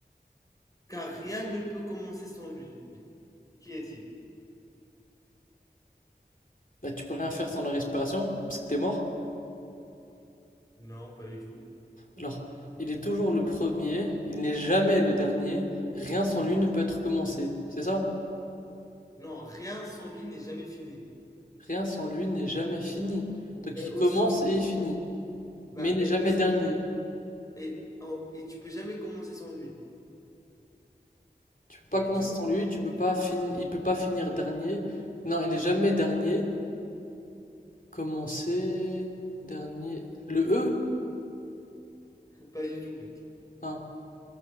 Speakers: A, on the left; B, on the left.
A: Car rien ne peut commencer sans lui. Qui est-il?
B: Bah, tu peux rien faire sans la respiration, parce que t'es mort.
A: Non, pas du tout.
B: Alors, il est toujours le premier, il n'est jamais le dernier, rien sans lui ne peut être commencé, c'est ça?
A: Non, rien sans lui n'est jamais fini.
B: Rien sans lui n'est jamais fini. Donc
A: Et
B: il
A: aussi,
B: commence et il finit,
A: bah,
B: mais il n'est
A: et
B: jamais
A: aussi,
B: dernier.
A: et, en- et tu peux jamais commencer sans lui.
B: Tu peux pas
A: Il
B: commencer
A: est toujours
B: sans lui, tu peux pas finir, il peut pas finir dernier. Non, il est jamais dernier. Commencer, dernier. Le E?
A: <laughs> pas du tout, mec.
B: Hein.